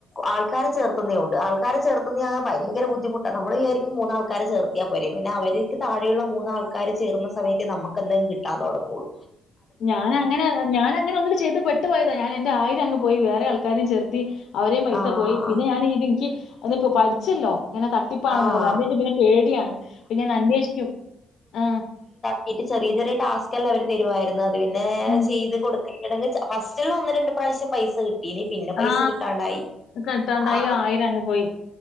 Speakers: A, on the left (about 25°); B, on the left (about 70°).
A: ആൾക്കാരെ ചേർത്തുന്നതോണ്ട് ആൾക്കാരെ ചേർത്തുന്നയാ ഭയങ്കര ബുദ്ധിമുട്ട നമ്മളാ വിചാരിക്കും ഇക്ക് മൂന്നാൾക്കാരെ ചേർത്തിയാ പോരേ പിന്നെ അവരിക്ക് താഴെയുള്ള മൂന്നാൾക്കാര് ചേരുന്ന സമയത്തേ നമുക്കെന്തേലും കിട്ടാൻ തൊടങ്ങൂള്ളൂ.
B: ഞാന അങ്ങനെ ഞാന അങ്ങനെ ഒന്ന ചെയ്ത് പ ഇട്ട് പോയതാ ഞാൻ എന്റെ ആയിരം അങ്ങ് പോയി വേറെ ആൾക്കാരും ചെർത്തി അവരെയും പൈസ
A: ആഹ്
B: പോയി പിന്നെ ഞാ ൻ ഇത് നിക്ക് ഒന്നിപ്പോ പഠിച്ചല്ലോ ഇങ്ങനെ ത ട്ടിപ്പാനു
A: ആഹ്
B: ള്ളത് അതിനെപ്പം പിന്നെ പേടിയാണ് പിന്നെ ഞാൻ അന്വേഷിക്കും ആ
A: ട്ട് ചെറിയ ചെറിയ ടാസ്ക് എല്ലാം അവര് തരുവമായിരുന്നു അത് പിന്നെ
B: ഉം.
A: ചെയ്ത് കൊടു <unintelligible> ഫസ്റ്റിൽ ഒന്ന് രണ്ട് പ്രാവശ്യം പൈസ കിട്ടീനി പിന്നെ
B: ആ.
A: പൈസ കിട്ടാണ്ടായി.
B: കിട്ടാണ്ടായി
A: ആ
B: ആയിരം അങ്ങ് പോയി.